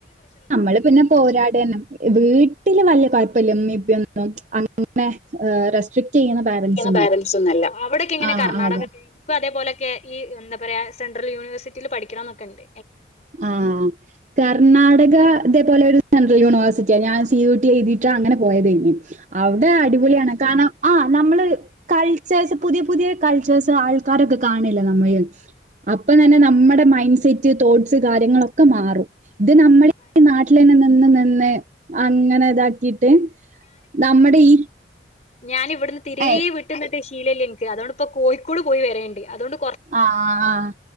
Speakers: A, on the right; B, on the left.
A: നമ്മള് പിന്നെ പോരാടണം. വീട്ടില് വല്യ കൊഴപ്പില്ല <unintelligible> അങ്ങനെ ആഹ് റെസ്ട്രി ക്ട് ചെയ്യണ പാരന്റ്സ്
B: പേരൻസ് ഒന്നല്ല. അവിടൊക്കെ എങ്ങനെ
A: ആ
B: കർണാടക
A: അതെ
B: <unintelligible> ഇൻക്കും അതേപോലെക്കെ ഈ എന്ത പറയാ സെൻട്രൽ യൂണിവേഴ്റ്റിൽ പഠിക്കണം എന്നൊക്കെ ണ്ട്.
A: ആഹ് കർണാടക അതേ പോലെ ഒരു സെൻ്രൽ യൂണിവഴ്സിറ്റിയാ ഞാൻ സി യു ടി എഴുതീട്ട് അങ്ങനെ പോയതെനി. അവിടെ അടിപൊളിയാണ് കാരണം ആഹ് നമ്മള് കൾച്ചേസ് പുതിയ പുതിയ കൾച്ചേസ് ആൾക്കാരൊക്കെ കാണല്ലെ നമ്മഴ്. അപ്പം തന്നെ നമ്മുടെ മൈൻ സെറ്റ് തോട്ട്സ് കാര്യങ്ങളൊക്കെ മാറും. ഇത് നമ്മൾ ഈ നാട്ടിലന്നെ നിന്ന് നിന്ന് അങ്ങനെ ഇതാക്കീട്ട് നമ്മടെ ഈ
B: ഞാൻ ഇവടുന്ന് തീരേ
A: ഏഹ്
B: വിട്ട് ന്ന്ട്ട് ശീലല്ല ഇൻക്ക് അതോണ്ട് ഇപ്പോ കോഴി കൂട് പോയി വരേണ്ട്. അതോണ്ട്
A: ആഹ്